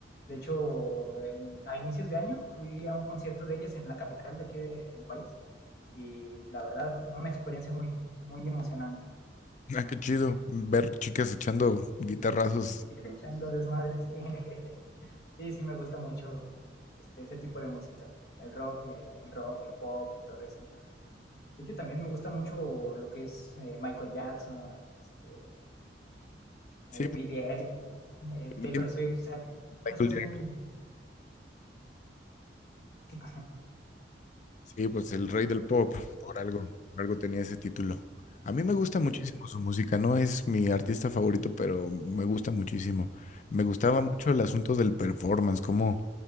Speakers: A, on the left (about 60°); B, on the left (about 45°).
A: De hecho, el- a inicios de año fui a un concierto de ellas en la capital de aquí de- del país y la verdad, una experiencia muy, muy emocionante.
B: Ah, qué chido ver chicas echando guitarrazos.
A: Echando desmadre, sí. <laughs> sí, sí me gusta mucho este, ese tipo de música. El rock, eh, el rock, el pop, todo eso. De hecho, también me gusta mucho lo que es eh, Michael Jackson, este,
B: Sí,
A: eh, Billie Eilish, eh,
B: pues,
A: Taylor
B: dime,
A: Swift, o sea, cosas
B: Michael Jackson.
A: muy... que-
B: Sí, pues el rey del pop, por algo, por algo tenía ese título. A mí me gusta
A: sí.
B: muchísimo su música, no es mi artista favorito, pero me gusta muchísimo. Me gustaba mucho el asunto del performance, como